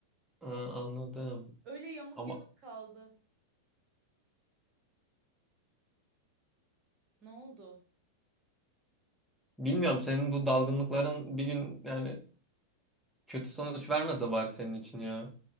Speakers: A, in the centre; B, on the right.
A: Ha, anladım.
B: Öyle yamuk
A: Ama
B: yumuk kaldı. Ne oldu?
A: Bilmiyorum senin bu dalgınlıkların bir gün yani kötü sonuç vermese bari senin için ya.